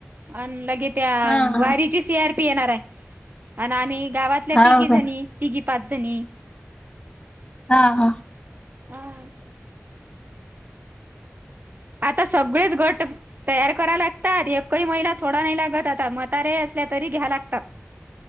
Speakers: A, on the right (about 45°); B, on the left (about 25°).
A: आणि लगे त्या
B: हा
A: वारी ची सी आर पी येणार आहे आणि आम्ही गावातल्या
B: हा
A: तिघी जणी,
B: काय
A: तिघी पाच जणी
B: हा हा.
A: आं. आता सगळेच गट तयार कराव लागतात, एकही महिला सोडाय नाही लागत आता म्हातारे असल्या तरी घ्याय लागतात. <inaudible>